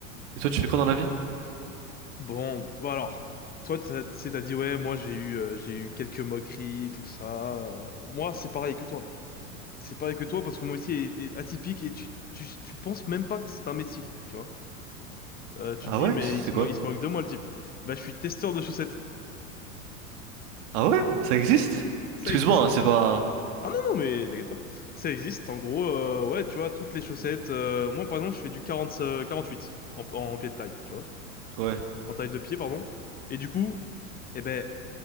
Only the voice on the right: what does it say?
Et toi, tu fais quoi dans la vie?
Ah
ouais?
C'est
quoi?
Ah ouais? Ça existe?
Excuse-moi,
hein, c'est pas.
Ouais.